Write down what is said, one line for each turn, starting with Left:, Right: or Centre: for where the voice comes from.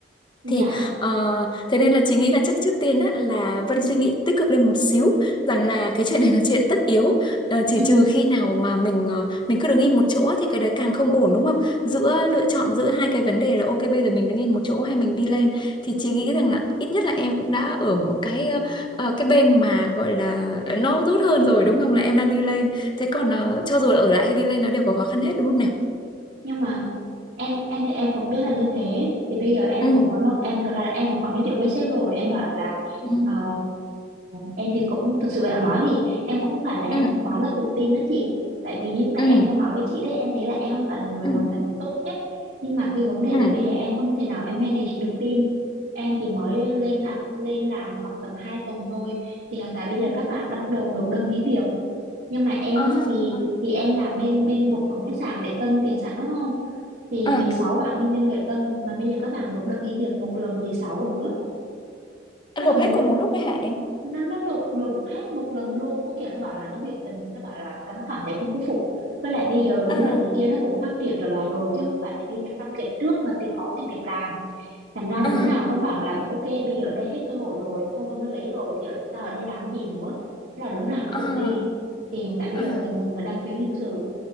Right: dạ
Left: thì ờ, thế nên là chị nghĩ là chắc trước tiên á, là Vân suy nghĩ tích cực lên một xíu rằng là cái chuyện này là chuyện tất yếu Ờ, chỉ
Right: ừ
Left: trừ khi nào mà mình ờ, mình cứ đứng im một chỗ á, thì cái đấy càng không ổn đúng không giữa lựa chọn giữa hai cái vấn đề là ok bây giờ mình đứng im một chỗ hay mình đi lên thì chị nghĩ rằng là ít nhất là em cũng đã ở một cái ờ, ờ, cái bên mà gọi là nó tốt hơn rồi đúng không là em đang đi lên thế còn ờ, cho dù là ở lại hay đi lên nó đều có khó khăn hết đúng không nào
Right: nhưng mà em em thì em cũng biết là như thế thì bây giờ em
Left: ừ
Right: cũng có nói em thật ra là em cũng có nói chuyện với sếp rồi em bảo rằng là
Left: ừ
Right: ờ, em thì cũng thực sự em nói thì em cũng không phải là em
Left: ừ
Right: quá là tự tin đó chị tại vì như lúc này
Left: ừ
Right: em có nói với chị đấy em thấy là em không phải là người
Left: ừ
Right: hoàn thành tốt nhất nhưng mà cái vấn đề
Left: ừ
Right: là bây giờ em không thể nào em manage được team em chỉ mới lên à, lên làm khoảng tầm 2 tuần thôi thì hiện tại bây giờ
Left: ừ
Right: các bạn đã bắt đầu nộp đơn nghỉ việc nhưng mà em
Left: ừ
Right: á, thì
Left: ừ.
Right: thì em làm bên bên bộ phận khách sạn lễ tân tiền sảnh đúng không thì
Left: à
Right: 16 bạn nhân viên lễ tân mà bây giờ các bạn nộp đơn nghỉ việc một lần 16 đứa
Left: anh
Right: tức
Left: lột
Right: là một
Left: hết cùng một lúc đấy hả em
Right: nó nó nộp nộp hết một lần luôn nó kiểu nó bảo là nó biểu tình nó bảo là nó cảm thấy không có phục với lại bây giờ
Left: à
Right: du lịch này kia nó cũng phát triển trở lại rồi chứ không phải là như những năm dịch trước mà thì khó tìm việc làm thành ra đứa
Left: à
Right: nào cũng bảo là ok bây giờ ở đây hết cơ hội rồi con Vân nó lấy rồi thì ở, ta ở đây làm cái gì nữa Thế là đứa nào nó
Left: à
Right: cũng đi thì hiện tại bây
Left: à
Right: giờ là tình hình là đang thiếu nhân sự